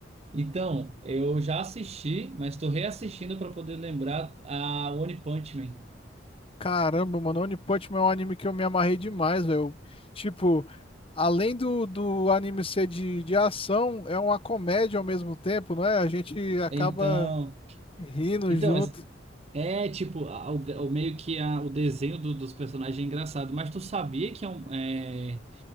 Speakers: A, on the right; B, on the left.
A: Então, eu já assisti, mas tô reassistindo pra poder lembrar a One Punch Man.
B: Caramba, mano. One Punch Man é um anime que eu me amarrei demais, velho. Tipo, além do, do anime ser de, de ação, é uma comédia ao mesmo tempo, não é? A gente acaba
A: Então,
B: rindo
A: então
B: junto.
A: é, é, tipo, a- o, o meio que a, o desenho do- dos personagens é engraçado, mas tu sabia que é um. é,